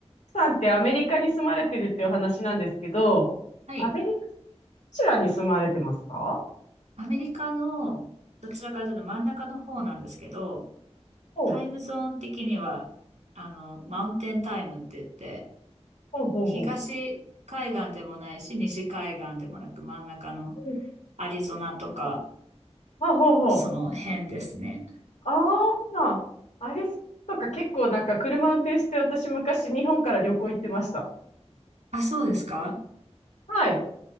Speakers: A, on the left; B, on the right.
A: さんってアメリカに住まれてるっていうお話なんですけど、
B: はい。
A: アメリカ、どちらに住まれてますか
B: アメリカの、どちらかというと真ん中の方なんですけど、
A: ほう、
B: タイムゾーン的には、あの、マウンテンタイムって言って、
A: ほうほうほ
B: 東海岸でもないし、西海岸でもなく、真ん中の
A: う。うん
B: アリゾナとか、
A: あ、ほうほう。
B: その辺ですね。
A: ああ、あれとか結構なんか車運転して私昔日本から旅行行ってました。
B: あ、そうですか
A: はい。